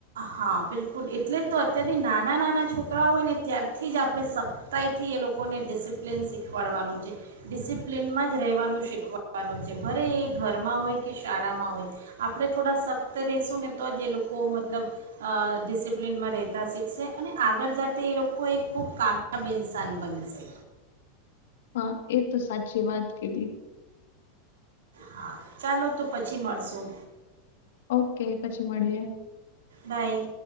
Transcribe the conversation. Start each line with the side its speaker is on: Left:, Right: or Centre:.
Right: હા બિલકુલ એટલે જ તો અત્યારથી નાના નાના છોકરા હોય ને ત્યારથી જ આપણે સખ્તાઈથી એ લોકોને ડિસિપ્લિન શીખવાડવાનું છે ડિસિપ્લિનમાં જ રહેવાનું શીખવાડવાનું છે ભરે એ ઘરમાં હોય કે શાળામાં હોય આપણે થોડા સખ્ત રહશું ને તો જ એ લોકો મ મતલબ ડિસિપ્લિનમાં રહેતા શીખશે અને આગળ જાતે એ લોકો એક ખૂબ કામયાબ ઇન્સાન બનશે.
Left: હા એ તો સાચી વાત કીધી.
Right: હા ચાલો તો પછી મળશું.
Left: ઓકે પછી મળીએ.
Right: બાય